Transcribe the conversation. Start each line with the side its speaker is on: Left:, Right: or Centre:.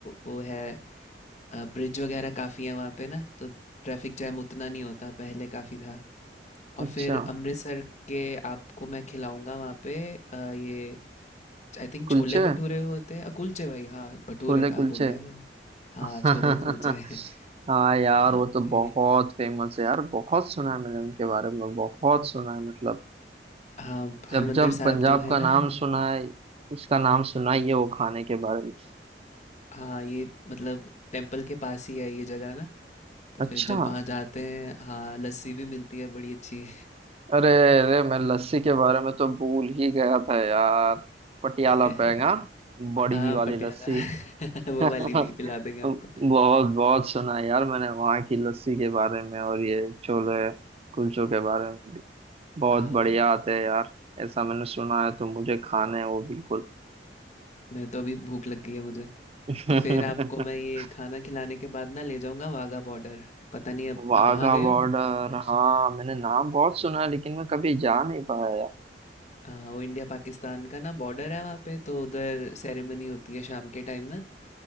Left: वो है ब्रिज वगैरह काफ़ी है वहाँ पे ना तो ट्रैफिक जैम उतना नहीं होता पहले काफ़ी था और
Right: अच्छा
Left: फिर अमृतसर के आपको मैं खिलाऊंगा वहाँ पे अ, ये आई थिंक
Right: कुलचे
Left: छोले भटूरे होते हैं अ, कुलचे भाई हाँ भटूरे
Right: छोले
Left: कहाँ
Right: कुलचे
Left: बोल दिया मैंने हाँ
Right: <laughs>
Left: छोले कुलचे <laughs>
Right: हाँ यार
Left: वहाँ
Right: वो
Left: पे
Right: तो बहुत फेमस है यार बहुत सुना है मैंने उनके बारे में बहुत सुना है मतलब
Left: हाँ
Right: जब
Left: हरमंदर
Right: जब
Left: साहब
Right: पंजाब
Left: जो है
Right: का नाम
Left: ना
Right: सुना है उसका नाम सुना ही है वो खाने के बारे में
Left: हाँ ये मतलब टेम्पल के पास ही है ये जगह ना तो
Right: अच्छा
Left: फिर जब वहाँ जाते हैं हाँ लस्सी भी मिलती है बड़ी अच्छी
Right: अरे अरे मैं लस्सी के बारे में तो भूल ही गया था यार पटियाला
Left: <laughs>
Right: पेंगा बड़ी
Left: हाँ
Right: वाली
Left: पटियाला
Right: लस्सी
Left: <laughs> वो
Right: <laughs>
Left: वाली भी पिला देंगे आपको
Right: बहुत बहुत सुना है यार मैंने वहाँ की लस्सी के बारे में और ये छोले कुलचों के बारे में भी बहुत
Left: हाँ
Right: बढ़िया आते हैं यार ऐसा मैंने सुना है तो मुझे खाने हैं वो बिल्कुल
Left: मेरे तो अभी भूख लग गई है मुझे
Right: <laughs>
Left: तो फिर आपको मैं ये खाना खिलाने के बाद ना ले जाऊंगा वाघा बॉर्डर पता नहीं अब
Right: वाघा
Left: अब वहाँ गए
Right: बॉर्डर
Left: हो
Right: हाँ मैंने नाम बहुत सुना है लेकिन मैं कभी जा नहीं पाया यार
Left: अ, वो इंडिया पाकिस्तान का ना बॉर्डर है वहाँ पे तो उधर सेरेमनी होती है शाम के टाइम ना